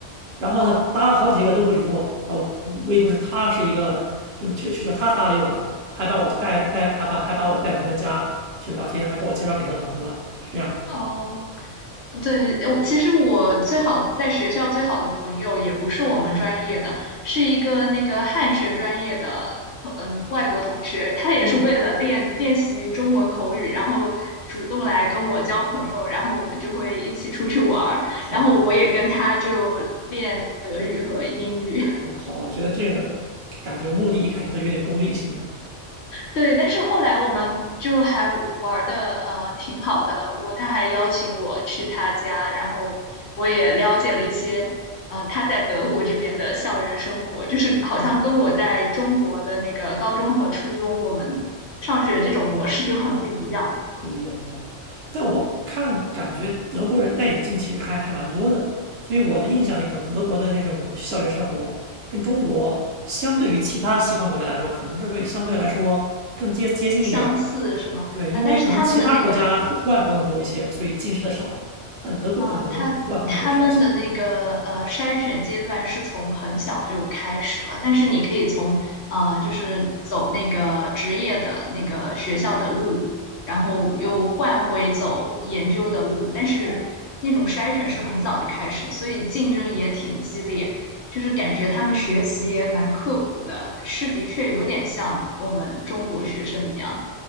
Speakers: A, on the right; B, on the left.
A: 然后呢，
B: 哦
A: 搭了好几个都不理我，啊，唯独是他是一个，就是就就就他搭理我了，还把我带带，还把还把我带到他们家去聊天，还把我介绍给他的朋友了，是这样的。
B: 哦，对，我其实我最好在学校最好的朋友也不是我们专业的，是一个那个汉学专业的同嗯外国同学，他也是为了练练习中文口语，
A: 哦，
B: 然后主动来跟我交朋友，然后我们就会一起出去玩儿，
A: 好吧，
B: 然后我也跟他就练德语和英语。
A: 哦，好吧，我觉得这个感觉目的一开始都有点功利性的，
B: 对，但是后来我们就还玩的呃挺好的，我他还邀请我去他家，然后我也了解了一些呃他在德国这边的校园生活，就是好像跟我在中国的那个高中和初中我们上学这种模式就很不一样，
A: 不一样哦。但我看感觉德国人戴眼镜其实还还蛮多的，所以我印象里可能德国的那种校园生活跟中国相对于其他西方国家来说，可能是会相对来说更接接近一点儿。
B: 相似是吗？
A: 对，因为可能其他国家户户外活动多一些，
B: 啊、但是他们的那个
A: 所以近视的少，但德国可能户外活动多少一些。
B: 嗯、呃他他们的那个呃筛选阶段是从很小就开始了，但是你可以从呃就是走那个职业的那个学校的路，然后又换回走研究的路，
A: 哦
B: 但是那种筛选是很早就开始的，
A: 哦，
B: 所以竞争也挺激烈，就是感觉他们学习也蛮刻苦的，
A: 嗯
B: 是的确有点像我们中国学生一样。